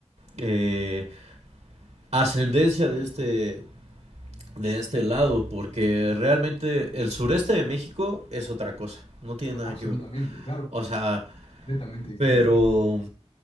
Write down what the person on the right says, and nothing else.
eh, ascendencia de este de este lado, porque realmente el sureste de México es otra cosa, no tiene nada
que ver.
O sea,
pero,